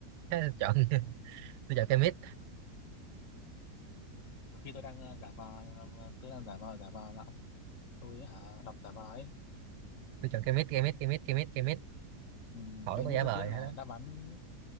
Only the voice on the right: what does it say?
thế tôi chọn <laughs> tôi chọn cây mít
tôi chọn cây mít cây mít cây mít cây mít cây mít
khỏi
có
giả
vờ
hết á